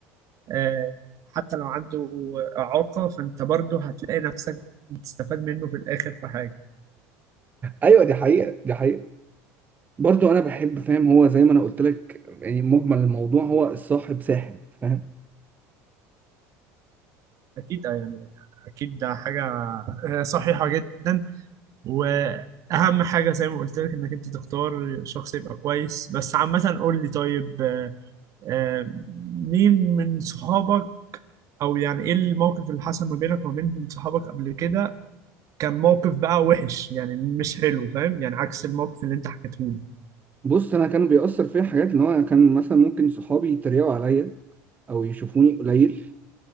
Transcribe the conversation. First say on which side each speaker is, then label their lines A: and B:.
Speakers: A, on the right (about 50°); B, on the right (about 25°).
A: آه، حتى لو عنده إعاقة فأنت برضه هتلاقي نفسك بتستفاد منه في الآخر في حاجة
B: ايوه دي حقيقة دي حقيقة برضو انا بحب فاهم هو زي ما انا قلت لك يعني مجمل الموضوع هو الصاحب ساحب فاهم
A: أكيد آه، يعني أكيد ده حاجة آه، صحيحة جدا وأهم حاجة زي ما قلت لك إنك أنت تختار شخص يبقى كويس بس عامة قول لي طيب آه، آه، مين من صحابك أو يعني إيه الموقف اللي حصل ما بينك وما بين صحابك قبل كده كان موقف بقى وحش يعني مش حلو فاهم يعني عكس الموقف اللي انت حكيته لي
B: بص انا كان بيأثر فيا حاجات اللي هو كان مثلا ممكن صحابي يتريقوا عليا او يشوفوني قليل